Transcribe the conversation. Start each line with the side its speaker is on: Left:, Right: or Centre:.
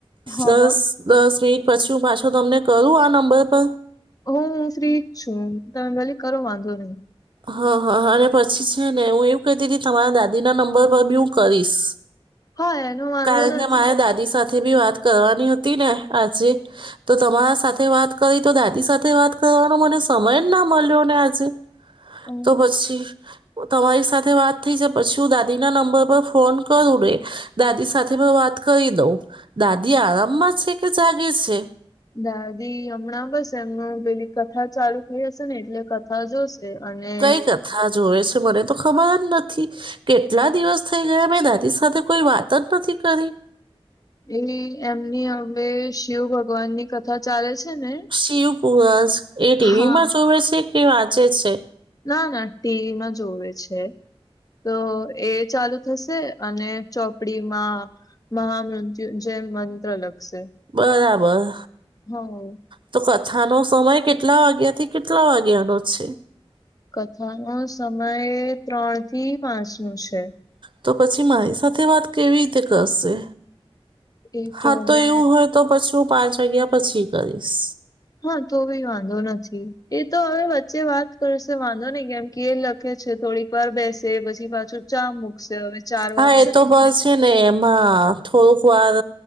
Left: હા
Right: દસ
Left: હા
Right: દસ મિનિટ પછી હું પાછો તમને કરું આ નંબર પર?
Left: હા હું ફ્રી જ છું તમે ભલે કરો વાંધો નહી.
Right: હા હા અને પછી છે ને હું એવું કહેતી હતી તમારા દાદી ના નંબર પર બી હું કરીશ
Left: હ એનો વાંધો
Right: કારણ
Left: નથી
Right: કે મારે દાદી સાથે બી વાત કરવાની હતી ને આજે તો તમારા સાથે તે વાત કરી તો દાદી સાથે વાત કરવાનો મને સમય જ ના મળ્યો ને આજે
Left: અચ્છા
Right: તો પછી તમારી સાથે વાત થઈ જાય પછી હું દાદી ના નંબર પર ફોન કરું રે દાદી સાથે પણ વાત કરી દઉં દાદી આરામમાં છે કે જાગે છે?
Left: દાદી હમણાં બસ એમનું પેલી કથા ચાલુ થઈ હશે ને એટલે કથા જોશે. અને
Right: કઈ કથા જોવે છે મને તો ખબર જ નથી કેટલા દિવસ થઈ ગયા મેં દાદી સાથે કોઈ વાત જ નથી કરી.
Left: એ એમની હવે શિવ ભગવાન ની કથા ચાલે છે ને
Right: શિવ પુરાણ એ ટીવીમાં
Left: હા
Right: જોવે છે કે વાંચે છે?
Left: ના ના ટીવીમાં જોવે છે. તો એ ચાલુ થશે અને ચોપડીમાં મહામૃત્યું જે મંત્ર લખશે
Right: બરાબર
Left: હા
Right: તો કથાનો સમય કેટલા વાગ્યાથી કેટલા વાગ્યાનો છે?
Left: કથા નો સમય ત્રણ થી પાંચ નો છે.
Right: તો પછી મારી સાથે વાત કેવી રીતે કરશે
Left: એ
Right: હા
Left: હવે
Right: તો એવું હોય તો પછું હું પાંચ વાગ્યા પછી કરીશ.
Left: હા તો બી વાંધો નથી એ તો હવે વચ્ચે વાત કરશે વાંધો નહી કેમ કે લખે છે થોડીક વાર બેસે પછી પાછું ચા મૂકશે હવે ચાર
Right: હા
Left: વાગશે
Right: એ તો
Left: ને એટલે
Right: બસ છે ને એમાં થોડુંક વાર